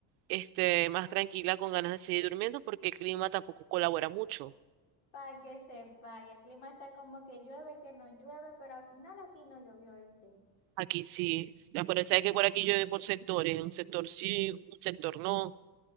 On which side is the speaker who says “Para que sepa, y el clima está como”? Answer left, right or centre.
Left